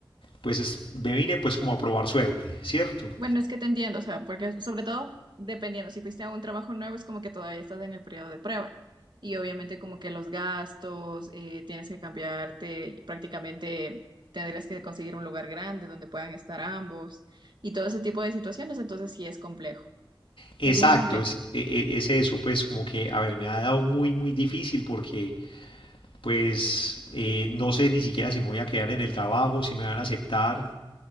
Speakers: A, on the left; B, on the right.
A: pues es- me vine pues como a probar suerte, ¿cierto?
B: Bueno, es que te entiendo, o sea, porque sobre todo dependiendo, si fuiste a un trabajo nuevo es como que todavía estás en el periodo de prueba y obviamente como que los gastos, eh, tienes que cambiarte, prácticamente tendrías que conseguir un lugar grande donde puedan estar ambos y todo ese tipo de situaciones, entonces sí es complejo,
A: Exacto,
B: es muy complejo.
A: es, e- e- es eso, pues como que, a ver, me ha dado muy, muy difícil porque pues eh, no sé ni siquiera si me voy a quedar en el trabajo, si me van a aceptar.